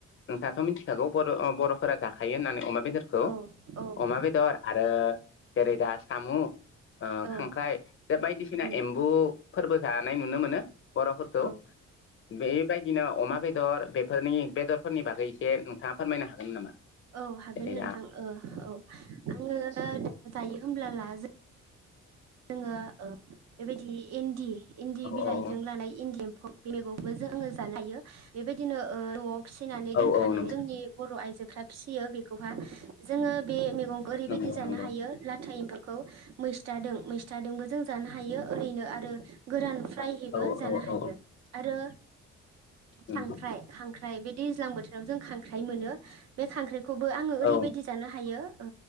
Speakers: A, on the left; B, on the right.
A: नोंथाथ' मिथिखागौ बर' बर'फोरा जाखायो होननानै अमा बेदर खौ
B: औ औ
A: अमा बेदर आरो जेरै दा सामु'
B: औ
A: खांख्राइ बे बायदिसिना
B: उम
A: एम्बुफोरबो जानाय नुनो मोनो बर'फोरखौ
B: औ
A: बेबायदिनो अमा बेदर बेफोरनि बेदरफोरनि बागै एसे नोंथाङा फोरमायनो हागोन नामा
B: औ हागोन
A: जेरै
B: नोंथां
A: दा
B: औ आङो दा जायो होमब्ला ला जों जोङो बेबायदि इन्दि इन्दि
A: औ
B: बिलाइजों
A: औ
B: लानाय इन्दि मैगंबो जों आङो जानो हायो बेबायदिनो न'आव फिसिनानै
A: औ
B: दोनखानानै
A: औ नंगौ
B: जोंनि बर' आइजोफ्रा फिसियो बेखौहा जोङो बे मैगंखौ ओरैबायदि
A: नंगौ
B: जानो
A: नंगौ
B: हायो लाथा एम्फाखौ मैस्थादों मैस्थादोंबो जों जानो हायो ओरैनो आरो गोरान फ्रायहैबो
A: औ
B: जानो
A: औ
B: हायो
A: औ
B: आरो
A: नंगौ
B: खांख्राइ खांख्राइ बिदि दैज्लां बोथोराव जों खांख्राइ मोनो बे खांख्राइखौबो आङो ओरैबायदि
A: औ
B: जानो हायो औ